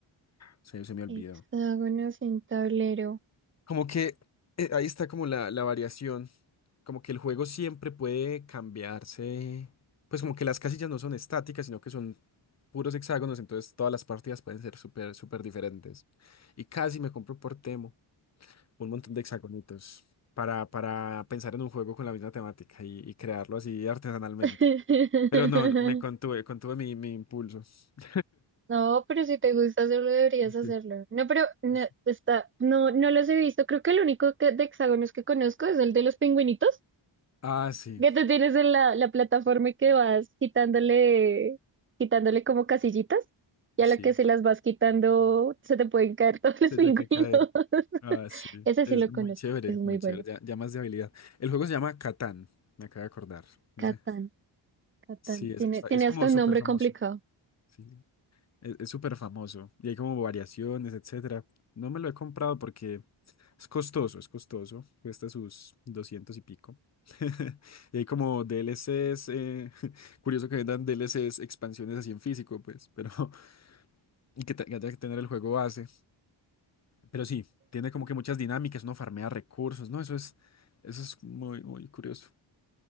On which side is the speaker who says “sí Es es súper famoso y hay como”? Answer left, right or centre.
Left